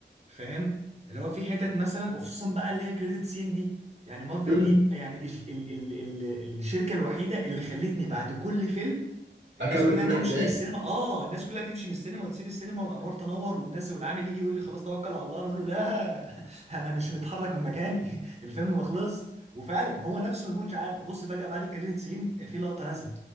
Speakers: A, on the right; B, on the right.
A: فاهم؟ اللي هو في حتت مثلا وخصوصا بقى اللي هي كريدت سين دي يعني مارفل
B: امم
A: دي يعني ال ال ال ال الشركة الوحيدة اللي خلتني بعد كل فيلم الناس
B: اكمل
A: كلها
B: فيلم
A: تمشي
B: لحد الاخر
A: من السينما آه الناس كلها تمشي من السينما وتسيب السينما والأنوار تنور والناس والعامل يجي يقول لي خلاص توكل على الله أنا أقول له لا <laughs> أنا مش متحرك من مكاني <laughs> الفيلم ما خلصش وفعلا هو نفسه ما بيكونش عارف ابص فجأة بعد الكريدت سين في لقطة نازلة